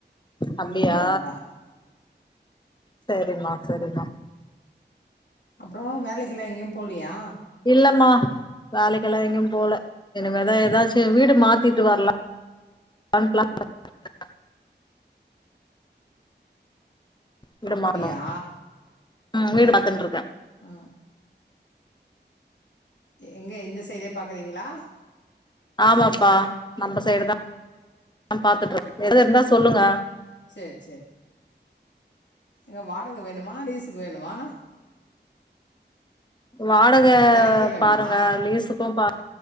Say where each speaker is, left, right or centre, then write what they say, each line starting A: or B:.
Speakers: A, on the left (about 25°); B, on the left (about 75°).
A: அப்டியா
B: மீன் கொழம்புதா
A: சரிமா சரிமா
B: அப்புறோ வேலைக்கெல்லா எங்கயு போலியா
A: இல்லமா வேலைக்கெல்லா எங்கயு போல இனிமேதா எதாச்சு வீடு மாத்திட்டு வர்லா னு ப்ளான் <inaudible> வீடு
B: அப்படியா
A: மாறணு ம் வீடு பாத்துண்டு இருக்க
B: அ எங்க எந்த சைடே பாக்குறீங்ளா
A: ஆமாப்பா நம்ம சைடுதா பாத்துட்டு எது இருந்தா சொல்லுங்க
B: செரி செரி எங்க வாடக வேணுமா லீசுக்கு வேணுமா
A: வாடக
B: விலைக்கே வேணுமா?
A: பாருங்க லீஸுக்கு பா